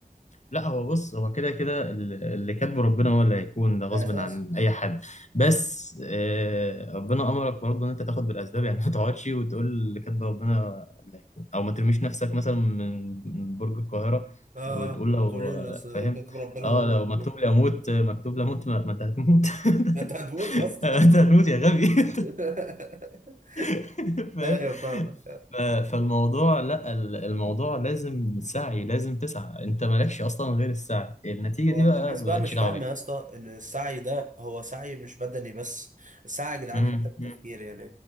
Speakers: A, on the left; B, on the right.
A: لا هو بص هو كده كده ال- اللي كاتبه ربنا هو اللي هيكون ده غصب
B: ده اساس
A: عن اي حد بس آه، ربنا امرك برضه ان انت تاخد بالاسباب يعني ما تقعدش وتقول اللي كاتبه ربنا اللي هيكون او ما ترميش نفسك مثلا من من برج القاهره
B: اه
A: وتقول
B: اه
A: لو
B: وتقول لي اصل
A: فاهم
B: كاتب ربنا
A: اه
B: هو اللي
A: لو
B: هيكون
A: مكتوب لي اموت مكتوب لي اموت ما ما انت هتموت
B: ما انت هتموت
A: <laughs>
B: يا اسطى
A: انت هتموت يا غبي <laughs>
B: <laughs>
A: <laughs> فاهم
B: ايوه فاهم
A: ف- فالموضوع لا ال- الموضوع لازم سعي لازم تسعى انت مالكش اصلا غير السعي النتيجة
B: هو
A: دي بقى
B: الناس
A: مالكش
B: بقى مش
A: دعوة
B: فاهمة
A: بيها
B: يا اسطى إن السعي ده هو سعي مش بدني بس سعي يا جدعان
A: مم،
B: حتى في التفكير
A: مم.
B: يعني